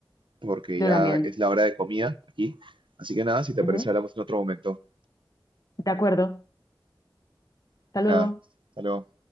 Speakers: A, on the right (about 75°); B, on the left (about 45°).
A: porque
B: Yo
A: ya
B: también.
A: es la hora de comida aquí. Así que nada, si te
B: Ujú.
A: parece, hablamos en otro momento.
B: De acuerdo, hasta
A: Pues
B: luego.
A: nada, hasta luego.